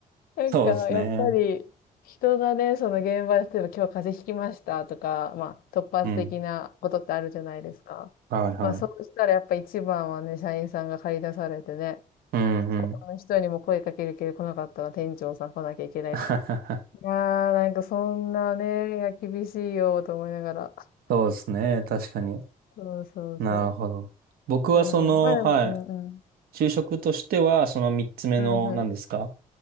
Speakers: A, on the left; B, on the right.
A: なんか、
B: そうですね。
A: やっぱり、人がね、その現場で、例えば今日風邪ひきましたとか、まあ、突発的なことってあるじゃないですか。
B: うん。はいはい。
A: まあ、そうしたらやっぱ一番はね、社員さんが駆り出されてね、
B: うんうん。
A: この人にも声かけるけど来なかったら店長さん来なきゃいけないとか。
B: <laughs>
A: いやー、なんかそんなね、いや厳しいよと思いながら。
B: そうですね。確かに。
A: そうそうそ
B: なるほど。僕はその、
A: う。うん。まあでも、
B: はい。
A: うんうん。
B: 就職としては、その三つ目の、
A: うんうん。
B: 何ですか